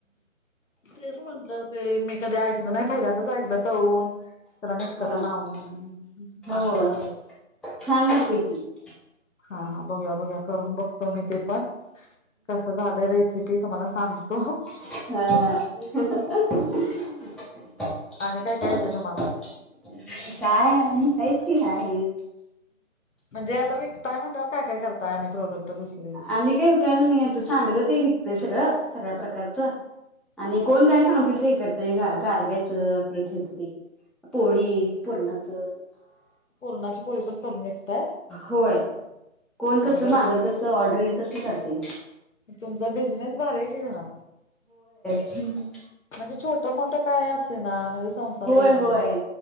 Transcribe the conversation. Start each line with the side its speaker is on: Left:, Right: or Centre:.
Left: तेच म्हणलं ते मी कधी ऐकल नाही. पहिल्यांदाच ऐकलं तळुन त्याला मिक्सरला
Centre: हा
Left: लावून पाखात
Centre: होय
Left: घालायचं.
Centre: छान लागते ती
Left: हा हा बघुया बघुया करून बघतो मी ते पण कस झालं रेसिपी तुम्हाला सांग <unintelligible>
Centre: हा
Left: आणि काय काय येतंय तुम्हाला
Centre: काय आणि हेच की आहे.
Left: म्हणजे आता मी काय म्हणल्यावर काय काय करता आणि प्रोडक्ट. दुसरे
Centre: आणि काही विकायला नही येत सांडग ते विकतंय सगळं. सगळ्या प्रकारचं आणि कोण काय सांगतील ते हे करते ग गारब्याचं परत याच ते पोळी पुरणाचं
Left: पुरणाची पोळी पण करून विकताय
Centre: होय कोण
Left: अरे
Centre: कस
Left: बापरे
Centre: मागल तस ऑर्डर येईल तस कर हो
Left: तुमचा बिझनेस भारी आहे कि घरात..
Centre: हम हम
Left: म्हणजे छोट मोठ काय असे ना म्हणजे संसार
Centre: होय
Left: बघून
Centre: होय